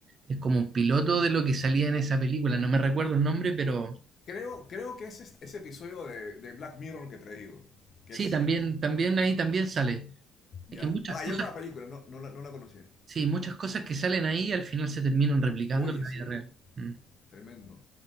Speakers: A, on the right (about 35°); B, on the left (about 35°).
A: es como un piloto de lo que salía en esa película. No me recuerdo el nombre, pero
B: Creo, creo que es este- ese episodio de, de Black Mirror que te digo, que
A: sí,
B: es
A: también, también ahí también sale.
B: Ya.
A: Es que muchas
B: Ah,
A: cosas,
B: hay otra película, no, no la, no la conocía.
A: sí, muchas cosas que salen ahí al final se terminan replicando
B: Oye,
A: en la
B: sí,
A: vida real. Mm.
B: tremendo,